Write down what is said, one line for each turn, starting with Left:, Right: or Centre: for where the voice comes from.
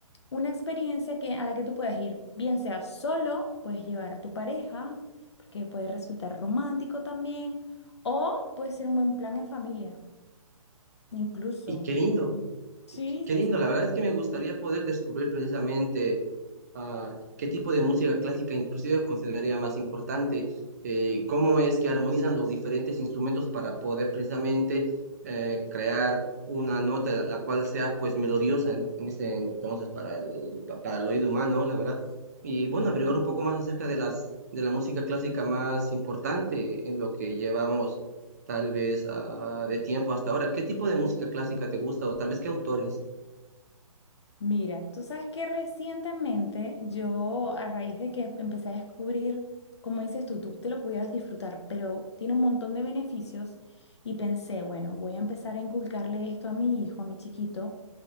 Left: una experiencia que, a la que tú puedes ir, bien sea solo, puedes llevar a tu pareja, porque puede resultar romántico también, o puede ser un buen plan en familia, incluso.
Right: Y qué lindo,
Left: Sí,
Right: qué
Left: sí,
Right: lindo. La
Left: sí.
Right: verdad es que me gustaría poder descubrir precisamente Ah, ¿qué tipo de música clásica inclusive consideraría más importante? Eh, ¿cómo es que armonizan los diferentes instrumentos para poder precisamente eh, crear una nota la cual sea pues melodiosa en, en ese entonces para el, pa- para el oído humano, la verdad? Y bueno, averiguar un poco más acerca de las de la música clásica más importante en lo que llevamos tal vez ah, de tiempo hasta ahora. ¿Qué tipo de música clásica te gusta o tal vez qué autores?
Left: Mira, tú sabes que recientemente yo, a raíz de que empecé a descubrir, como dices tú, tú te lo pudieras disfrutar, pero tiene un montón de beneficios y pensé, bueno, voy a empezar a inculcarle esto a mi hijo, a mi chiquito